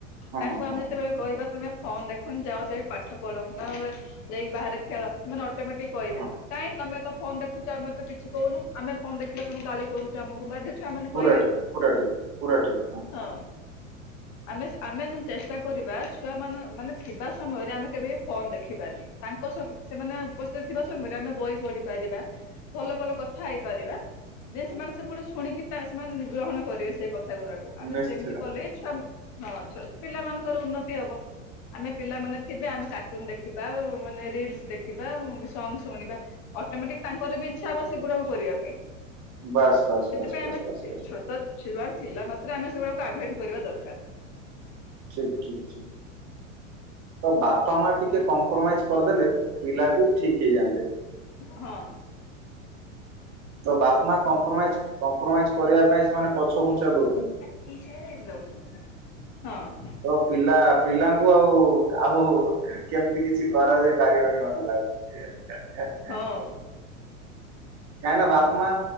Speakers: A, on the right; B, on the left.
A: ହଁ
B: ତାଙ୍କୁ
A: ହଁ
B: ଆମେ
A: ହଁ
B: ଯେତେବେଳେ
A: ହଁ
B: କହିବା ତମେ ଫୋନ ଦେଖନି ଯାଅ ସେ ପାଠ ପଢ଼ ନ ହେଲେ ଯାଇକି ବାହାରେ ଖେଳ, ସେମାନେ ଅଟୋମେଟିକ କହିବେ
A: ହଁ
B: କାହିଁ ତମେ ତ ଫୋନ ଦେଖୁଛ ଆମେ ତ କିଛି କହୁନୁ ଆମେ ଫୋନ୍ ଦେଖିଲେ ତମେ ଗାଲି କରୁଛ ଆମକୁ ବାଧ୍ୟ ଛୁଆମାନେ
A: ପୁରା
B: କହିବେ,
A: ଠିକ ପୁରା ଠିକ ପୁରା ଠିକ
B: ହଁ। ଆମେ ସ ଆମେ ଯଦି ଚେଷ୍ଟା କରିବା ଛୁଆ ମାନ ମାନେ ଥିବା ସମୟରେ ଆମେ କେବେ ଫୋନ ଦେଖି ବାନି ତାଙ୍କ ସବୁ ସେମାନେ ଉପସ୍ଥିତ ଥିବା ସମୟରେ ଆମେ ବହି ପଢ଼ି ପାରିବା ଭଲ ଭଲ କଥା ହେଇପାରିବା, ଯେ ସେମାନେ ସେଗୁଡ଼ା ଶୁଣିକି ସେମାନେ ଗ୍ରହଣ କରିବେ ସେଇ କଥା ଗୁଡାକ। ଆମେ
A: ନିଶ୍ଚିତ।
B: ସେମତି କଲେ ହିଁ ଛୁଆ ହଁ ପିଲାମାନଙ୍କର ଉନ୍ନତି ହବ, ଆମେ ପିଲାମାନେ ଥିବେ ଆମେ କାର୍ଟୁନ ଦେଖ ଖିବା ମାନେ ରିଲସ ଦେଖିବା ସଙ୍ଗ ଶୁଣିବା ଅଟୋମେଟିକ ତାଙ୍କର ବି ଇଚ୍ଛା ହବ ସେଗୁଡାକୁ କରିବା ପାଇଁ।
A: ବାସ୍, ବାସ୍,
B: ସେଥିପାଇଁ
A: ବାସ୍, ବାସ୍,
B: ଆମେ
A: ବାସ୍, ବାସ୍।
B: ଛୋଟ ଛୁଆ ଥିଲା ମାତ୍ରେ ଆମେ ସେଗୁଡାକୁ ଆଭୋଏଡ କରିବା ଦରକାର।
A: ଠିକ, ଠିକ, ଠିକ, ତ ବାପା ମା ଟିକେ କମ୍ କମ୍ପୋରମାଇଜ କରିଦେଲେ ପିଲା ବି ଠିକ ହେଇଯାଆନ୍ତେ।
B: ହଁ।
A: ତ ବାପା ମା କମ୍ପ୍ରମାଇଜ କମ୍ପ୍ରମାଇଜ କରିବା ପାଇଁ ସେମାନେ
B: ହଁ
A: ପଛଘୁଞ୍ଚା ଦଉଛନ୍ତି।
B: <unintelligible>
A: ତ ପିଲା ପିଲାଙ୍କୁ ଆଉ ଆଉ କେମିତି କିଛି କରାଯାଇ ପାରିବନି ମତେ ଲାଗୁଛି। <inaudible>
B: ହଉ।
A: କାହିଁକି ନା ବାପ ମା